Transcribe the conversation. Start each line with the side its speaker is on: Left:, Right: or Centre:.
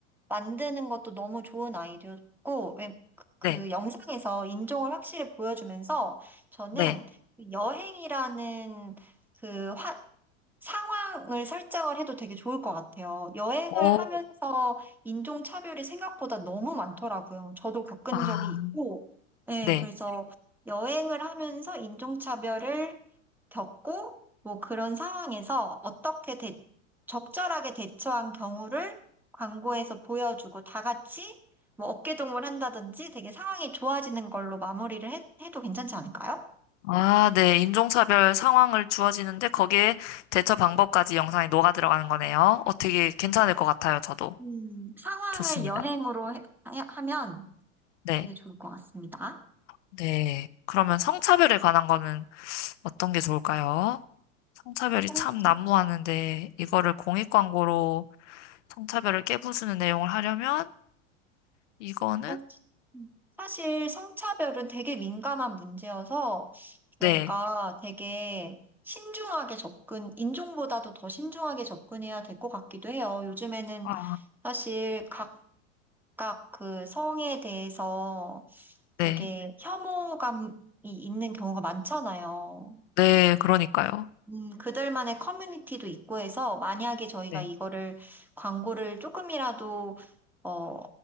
Centre: 만드는 것도 너무 좋은 아이디어였고, 왜, 그그
Left: 네,
Centre: 영상에서 인종을 확실히 보여주면서 저는
Left: 네.
Centre: 그 여행이라는 그 화, 상황을 설정을 해도 되게 좋을 것 같아요. 여행을
Left: 오,
Centre: 하면서 인종차별이 생각보다 너무 많더라고요. 저도 겪은
Left: 아,
Centre: 적이 있고, 네,
Left: 네.
Centre: 그래서 여행을 하면서 인종차별을 겪고, 뭐 그런 상황에서 어떻게 대, 적절하게 대처한 경우를 광고에서 보여주고 다 같이 뭐 어깨동무를 한다든지 되게 상황이 좋아지는 걸로 마무리를 해, 해도 괜찮지 않을까요?
Left: 아, 네. 인종차별 상황을 주어지는데 거기에 대처 방법까지 영상에 녹아 들어가는 거네요. 어, 되게 괜찮을
Centre: 네.
Left: 것 같아요. 저도.
Centre: 음, 상황을
Left: 좋습니다.
Centre: 여행으로 해- 하- 하면
Left: 네,
Centre: 되게 좋을 것 같습니다.
Left: 네. 그러면 성차별에 관한 거는 어떤 게 좋을까요? 성차별이
Centre: 성차별.
Left: 참 난무하는데 이거를 공익 광고로 성차별을 깨부수는 내용을 하려면 이거는
Centre: 사실 음, 사실 성차별은 되게 민감한 문제여서 저희가
Left: 네,
Centre: 되게 신중하게 접근, 인종보다도 더 신중하게 접근해야 될 것 같기도 해요. 요즘에는
Left: 아,
Centre: 사실 각 각각 그 성에 대해서
Left: 네,
Centre: 되게 혐오감이 있는 경우가 많잖아요.
Left: 네, 그러니까요.
Centre: 음, 그들만의 커뮤니티도 있고 해서 만약에 저희가
Left: 네.
Centre: 이거를 광고를 조금이라도 어,